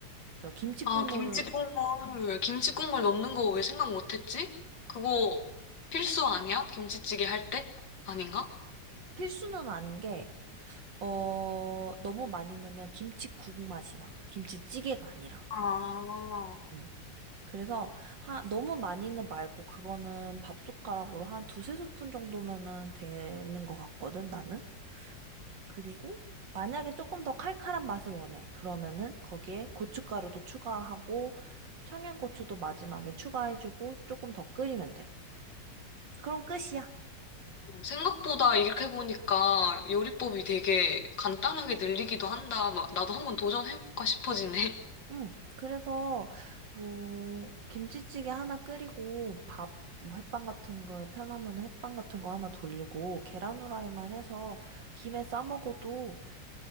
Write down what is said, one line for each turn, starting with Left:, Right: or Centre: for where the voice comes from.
Right: 그래서 김치
Left: 아,
Right: 국물을
Left: 김치 국물, 김치
Right: 음,
Left: 국물 넣는 거 왜 생각 못했지? 그거 필수 아니야? 김치찌개 할 때? 아닌가?
Right: 필수는 아닌 게, 어, 너무 많이 넣으면 김치국 맛이 나. 김치찌개가 아니라.
Left: 아.
Right: 음. 그래서 하, 너무 많이는 말고 그거는 밥숟가락으로 한 두세 스푼 정도면은 되는 것 같거든, 나는. 그리고 만약에 조금 더 칼칼한 맛을 원해. 그러면은 거기에 고춧가루도 추가하고 청양고추도 마지막에 추가해주고 조금 더 끓이면 돼. 그럼 끝이야.
Left: 어, 생각보다 이렇게 보니까 요리법이 되게 간단하게 늘리기도 한다. 막 나도 한번 도전해볼까 싶어지네.
Right: 응. 그래서 뭐 김치찌개 하나 끓이고 밥 뭐 햇반 같은 거 편하면 햇반 같은 거 하나 돌리고 계란 후라이만 해서 김에 싸 먹어도